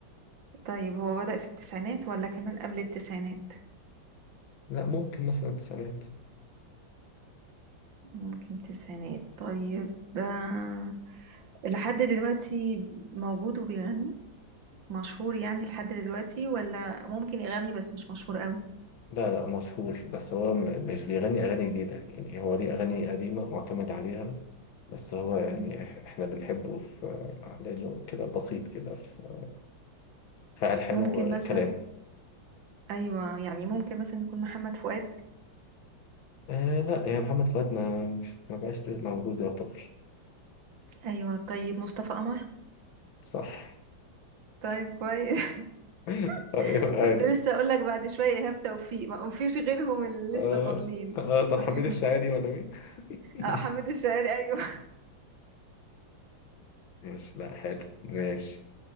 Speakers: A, on the right (about 70°); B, on the left (about 80°).
A: طيب هو بدأ في التسعينات ولا كمان قبل التسعينات
B: لا ممكن مثلا التسعينات
A: ممكن تسعينات طيب آه، لحد دلوقتي موجود وبيغني مشهور يعني لحد دلوقتي ولا ممكن يغني بس مش مشهور قوي
B: لا لا مشهور بس هو م- مش بيغني أغاني جديدة يعني هو ليه أغاني قديمة معتمد عليها بس هو يعني
A: مم.
B: إح- احنا بنحبه في آه، لانه كده بسيط كده في في ألحانه
A: ممكن
B: وكلامه
A: مثلا ايوه يعني ممكن مثلا يكون محمد فؤاد
B: آه لا يا محمد فؤاد ما مش- ما بقاش لازم موجود يعتبر
A: ايوه طيب مصطفى قمر
B: صح
A: طيب كويس
B: <laughs> أيوة،
A: <laughs>
B: قال.
A: كنت لسه اقول لك بعد شويه ايهاب توفيق ما فيش غيرهم اللي
B: آه
A: لسه فاضلين
B: آه طب
A: ايوه
B: حميد الشاعري ولا مين؟ <laughs>
A: آه، حميد الشاعري ايوه
B: ماشي لا حلو ماشي